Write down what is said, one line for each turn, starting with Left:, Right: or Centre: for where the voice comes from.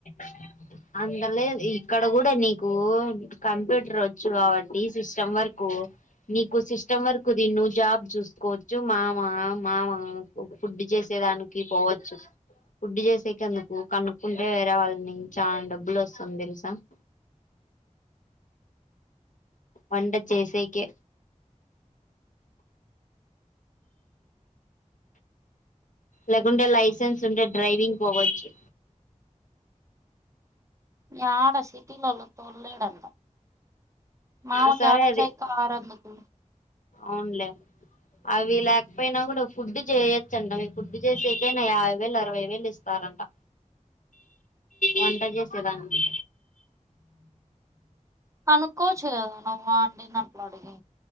Left: <inaudible> అందులే ఇక్కడ కూడా నీకు కంప్యూటర్ వచ్చు కాబట్టి సిస్టమ్ వరకు నీకు సిస్టమ్ వర్కుది నువ్వు జాబ్ చూసుకోవచ్చు మా మా మా ఫుడ్ చేసే దానికి పోవచ్చు ఫూడ్డి చే క ఎందుకు కనుక్కుంటే వేరే వాళ్ళని చాలా డబ్బులు వస్తుంది తెలుసా <inaudible> వండ చేసేకి లేకుండే లైసెన్స్ ఉంటే డ్రైవింగ్ పోవచ్చు
Right: ఈ ఆడ సిటీలోళ తొలడంత మామకి
Left: ఆ సరే
Right: అడచాయి
Left: అది
Right: క ఆరందికు
Left: అవునులే అవి లేకపోయినా కూడా ఫుడ్ చేయొచ్చండి ఫుడ్డు చేసేకయినా యాభై వేలు అరవై వేలు ఇస్తారు రంటా వంటజసే దానికి
Right: అనుకోవచ్చు కదా నువ్వా అండి అట్లా అడిగి